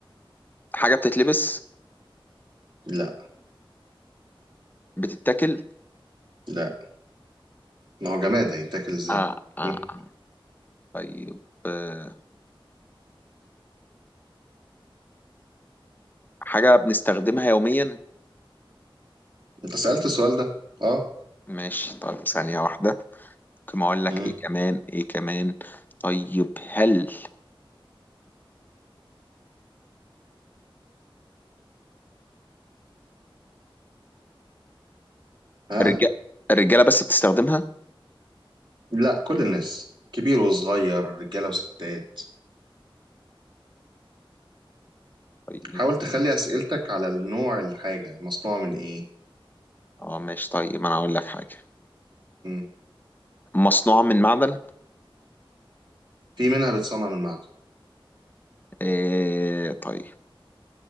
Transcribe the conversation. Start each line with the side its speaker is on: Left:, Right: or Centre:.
Left: حاجة بتتلبس
Right: لا
Left: بتتاكل
Right: لا ما هو جماد هيتاكل ازاي
Left: آه آه
Right: مم.
Left: آه. طيب آه. حاجة بنستخدمها يوميا
Right: انت سالت السؤال ده اه
Left: ماشي طيب ثانية واحدة ممكن اقول لك
Right: مم.
Left: ايه كمان ايه كمان طيب هل
Right: اه
Left: الرجال الرجالة بس بتستخدمها
Right: لا كل الناس كبير وصغير رجاله وستات
Left: طيب
Right: حاول تخلي اسئلتك على النوع الحاجه مصنوعه من ايه
Left: اه ماشي طيب انا اقول لك حاجه
Right: مم.
Left: مصنوعه من معدن
Right: في منها بتصنع من معدن
Left: إيه طيب